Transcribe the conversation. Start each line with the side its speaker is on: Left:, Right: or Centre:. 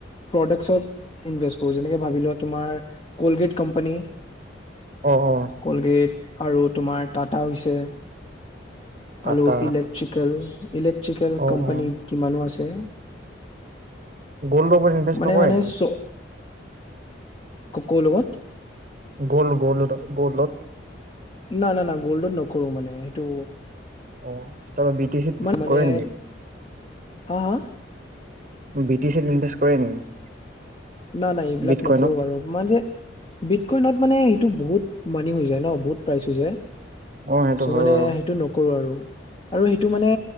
Left: প্ৰদাক্স ইনভেষ্ট কৰোঁ যেনে ভাবোৱা তাৰ কলগেট কোম্পানী।
Right: অ অ
Left: কলগেট, আৰু তোমাৰ টাটা হৈছে।
Right: টাটা
Left: আলু ইলেক্ট্ৰিকেল, ইলেক ট্ৰিকেল
Right: অ
Left: কম্পেনী
Right: অ
Left: কিমানো আছে। তে
Right: গ'ল্ডৰ ওপৰত ইনভেষ্ট
Left: মানে
Right: নকৰে
Left: মানে
Right: নি?
Left: চ ক'ৰ লগত
Right: গ'ল-গ'ল-গ'লত
Left: না-না-না গ'ল্ডত নকৰো মানে সেইটো
Right: অ, তাৰপিছত বি টি চি ত
Left: মান মানে
Right: কৰে নেকি?
Left: হা হা
Right: বি টি চত ইনভেষ্ট কৰে নেকি?
Left: নাই-নাই এইবিলাক
Right: বিট
Left: নকৰো
Right: কইনত
Left: বাৰু মানে। বিত কৈনত মানে। টো বহুত মানি হৈ যায় ন। বহুত পাইছো যে।
Right: অ সেইটো
Left: চ'
Right: হয়
Left: মানে
Right: বাৰু
Left: সেইটো নকৰো আৰু। আৰু সেইটো মানে